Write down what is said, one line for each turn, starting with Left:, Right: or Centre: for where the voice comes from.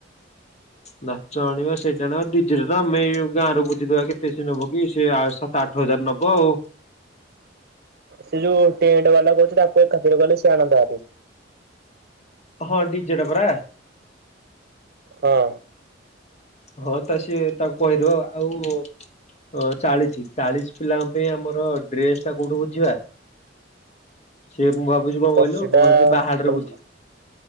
Left: ନାଚ ଆଣିବା ସେଇଟା ଆଣିବା ଆଉ ଡିଜେତ ଆମେ ଗାଁରେ ବୁଝିଦବା କେତେ ସିଏ ନବ କି ସେ ସାତ ଆଠ ଆଠ ହଜାର ନବ ଆଉ
Right: ସେ ଯୋଉ ଟେଣ୍ଟ ବାଲା କହୁଛି ତାକୁ ଖାର କଲେ ସେ ଆଣନ୍ତାଭାରି।
Left: ହଁ ଡିଜେ ଟା ପରା।
Right: ହଁ?
Left: ହଁ ତା ସିଏ ତାକୁ କହିଦବ ଆଉ ଅ ଚାଳିଶ ଚାଳିଶ ପିଲାଙ୍କ ପାଇଁ ଆମର ଡ୍ରେସଟା କୋଉଠୁ ବୁଝିବା? ସେ ମୁଁ ଭାବୁଛି କଣ
Right: ଜର୍ସିଟା
Left: କହିଲୁ କଣ ଭାବୁଛି ବାହାଡରେ
Right: ମାନେ
Left: ବୁଝି